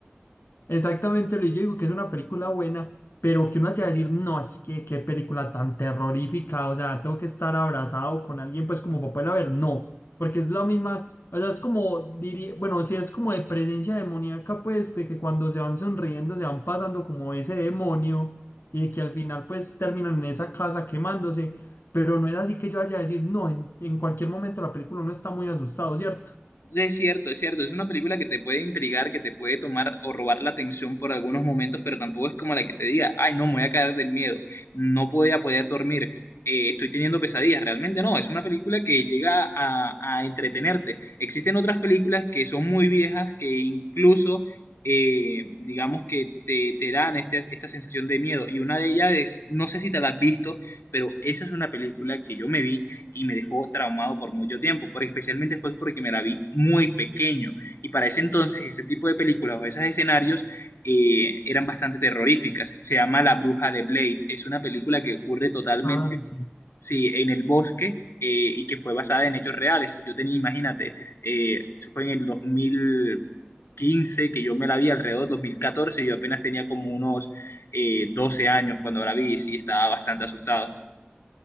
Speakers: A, on the left; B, on the left.
A: Exactamente, Luis, yo digo que es una película buena, pero que uno haya de decir, no, es que qué película tan terrorífica, o sea, tengo que estar abrazado con alguien, pues como para poderla ver, no, porque es la misma, o sea, es como, diría, bueno, si es como de presencia demoníaca, pues, de que cuando se van sonriendo, se van pasando como ese demonio, y de que al final, pues, terminan en esa casa quemándose, pero no es así que yo haya de decir, no, en, en cualquier momento la película uno está muy asustado, ¿cierto?
B: Es cierto, es cierto. Es una película que te puede intrigar, que te puede tomar o robar la atención por algunos momentos, pero tampoco es como la que te diga, ay, no, me voy a caer del miedo, no voy a poder dormir, eh, estoy teniendo pesadillas. Realmente no, es una película que llega a, a entretenerte. Existen otras películas que son muy viejas que incluso, eh, digamos que te, te dan este- esta sensación de miedo. Y una de ellas es, no sé si te la has visto, pero esa es una película que yo me vi y me dejó traumado por mucho tiempo, pero especialmente fue porque me la vi muy pequeño y para ese entonces ese tipo de películas o esos escenarios eh, eran bastante terroríficas. Se llama La Bruja de Blade, es una película que ocurre totalmente
A: Ah, sí.
B: sí, en el bosque eh, y que fue basada en hechos reales. Yo tenía, imagínate, eh, eso fue en el 2015 que yo me la vi alrededor del 2014 y yo apenas tenía como unos eh, 12 años cuando la vi y sí, estaba bastante asustado.